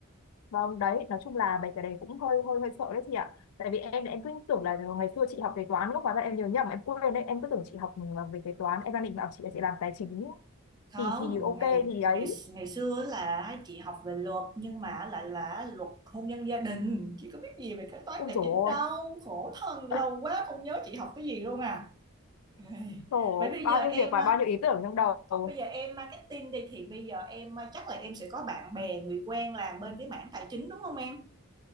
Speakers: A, on the left (about 80°); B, on the right (about 20°).
A: Vâng đấy, nói chung là mấy cái đấy cũng hơi hơi hơi sợ đấy chị ạ. Tại vì em em cứ tưởng là ngày xưa chị học kế toán lúc hóa ra em nhớ nhầm em quên đấy, em cứ tưởng chị học ừ, về kế toán, em đang định bảo chị là chị làm tài chính
B: không
A: thì thì ok
B: ngày
A: thì ấy.
B: ngày ngày xưa là chị học về luật nhưng mà lại là luật hôn nhân gia đình chị có biết gì về kế toán
A: Ui
B: tài
A: dồi
B: chính đâu
A: ôi,
B: khổ thân lâu
A: <laughs>
B: quá không nhớ chị học cái gì luôn à Ê,
A: trời ơi,
B: vậy bây
A: bao
B: giờ em
A: nhiêu việc và
B: ờ,
A: bao nhiêu ý tưởng trong đầu.
B: bây giờ em marketing đi thì bây giờ em ờ, chắc là em sẽ có bạn bè người quen làm bên cái mảng tài chính đúng không em